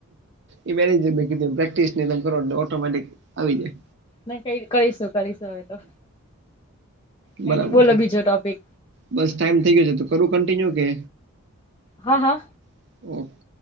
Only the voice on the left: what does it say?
ન ક કરીશું કરીશું હવે તો. કઈ
નઈ બોલો
બીજો ટોપિક
હા હા.